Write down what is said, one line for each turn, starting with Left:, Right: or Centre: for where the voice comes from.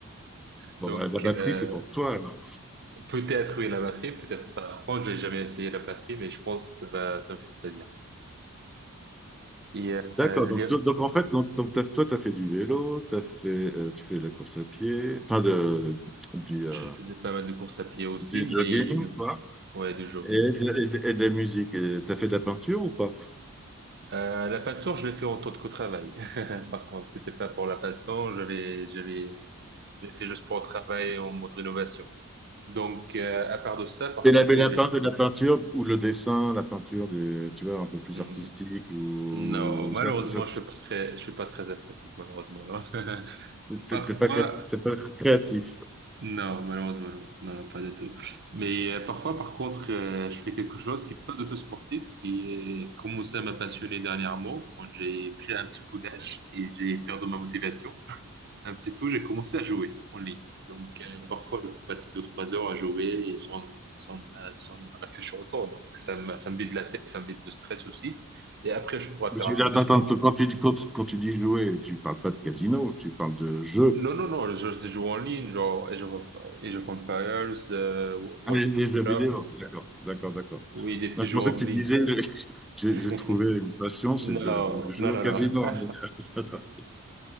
Centre: Bon,
Right: Donc,
Centre: bah, la batterie,
Right: euh,
Centre: c'est pour toi. alors.
Right: peut-être, oui, la batterie, peut-être pas. Par contre, j'ai jamais essayé la batterie, mais je pense que ça va, ça me fait plaisir. Et euh,
Centre: D'accord. Donc,
Right: les-
Centre: to- donc, en fait, donc, donc, t'as- toi, tu as fait du vélo, t'as fait, euh, tu fais de la course à pied, enfin, de, du, euh,
Right: je faisais pas mal de courses à pied aussi,
Centre: du jogging,
Right: mais euh,
Centre: quoi.
Right: ouais, de jogging.
Centre: Et de, et de- et de la musique. Et T'as fait de la peinture ou pas?
Right: Euh, la peinture, je l'ai fait en tant qu'au travail. <laughs> Par contre, c'était pas pour la passion. J'avais, j'avais J'ai fait le sport travail en mode rénovation. Donc, euh, à part de ça, par
Centre: Et
Right: contre,
Centre: la, mais
Right: oui,
Centre: la,
Right: j'ai...
Centre: peint- de la peinture ou le dessin, la peinture, de, tu vois, un peu plus
Right: Hmm,
Centre: artistique ou
Right: Non, malheureusement,
Centre: ça, ça-
Right: je suis pas très, je suis pas très artistique, malheureusement, non. <laughs>
Centre: t'es t'es-
Right: Parfois,
Centre: t'es pas, cré- t'es pas créatif.
Right: non, malheureusement, non. Non, non, pas du tout. Mais euh, parfois, par contre, euh, je fais quelque chose qui est pas du tout sportif, qui est commencé à me passionner dernièrement, quand j'ai pris un petit coup d'âge et j'ai perdu ma motivation. un petit peu, j'ai commencé à jouer en ligne. Donc, euh, parfois, je peux passer deux, trois heures à jouer et sans, sans, euh, sans réfléchir autant. Donc, ça me, ça me vide la tête, ça me vide de stress aussi. Et après, je pourrais
Centre: Mais
Right: faire
Centre: tu
Right: un
Centre: veux dire,
Right: peu
Centre: attends,
Right: de sport.
Centre: attends, quand tu, quand, quand tu dis jouer, tu parles pas de casino, tu parles de jeu.
Right: Non, non, non, je, je joue en ligne, genre Age of, Age of Empires, euh, World
Centre: Ah, Les,
Right: of
Centre: les jeux
Right: Warcraft.
Centre: vidéo, d'accord, d'accord, d'accord.
Right: Oui, des petits
Centre: Non, Je
Right: jeux
Centre: pensais
Right: en
Centre: que tu
Right: ligne.
Centre: disais, <laughs> j'ai
Right: <laughs>
Centre: j'ai trouvé une passion, c'est
Right: Non,
Centre: de, de jouer
Right: non, non,
Centre: au casino.
Right: non. <laughs>
Centre: <laughs>